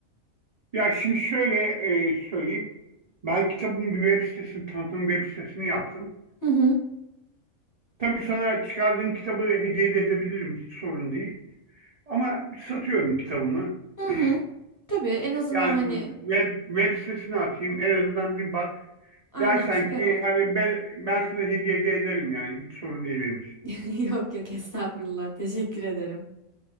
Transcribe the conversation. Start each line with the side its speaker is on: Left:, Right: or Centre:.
Right: Ya şimdi şöyle e, söyleyeyim. Ben kitabın bir web sitesini, tanıtım web sitesini yaptım.
Left: Hı hı.
Right: Tabii sana çıkardığım kitabı hediye de edebilirim. Hiç sorun değil. Ama satıyorum kitabımı.
Left: Hı
Right: <clears throat>
Left: hı. Tabii en azından
Right: Yani
Left: hani
Right: web, web sitesine atayım. En azından bir bak.
Left: aynen
Right: Dersen
Left: süper
Right: ki
Left: olur.
Right: hani ben, ben sana hediye de ederim yani. Hiç sorun değil benim için.
Left: <laughs> Yok yok estağfurullah. Teşekkür ederim.